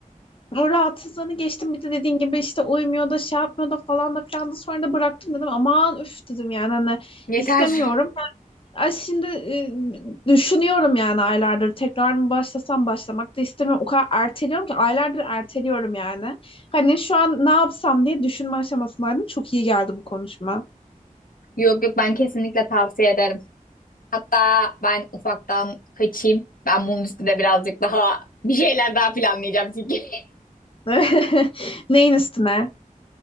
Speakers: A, on the left (about 40°); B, on the left (about 80°).
A: O rahatsızlığını geçtim bir de dediğin gibi işte uyumuyor da şey yapmıyor da falan da filan da sonra da bıraktım dedim aman üf dedim yani hani
B: yeter.
A: istemiyorum.
B: <laughs>
A: Ay şimdi e, düşünüyorum yani aylardır tekrar mı başlasam başlamak da istemiyorum. O kadar erteliyorum ki aylardır erteliyorum yani. Hani şu an ne yapsam diye düşünme aşamasındaydım. Çok iyi geldi bu konuşma.
B: Yok yok ben kesinlikle tavsiye ederim. Hatta ben ufaktan kaçayım. Ben bunun üstüne birazcık daha <laughs> bir şeyler daha planlayacağım çünkü. <laughs>
A: <laughs> Neyin üstüne?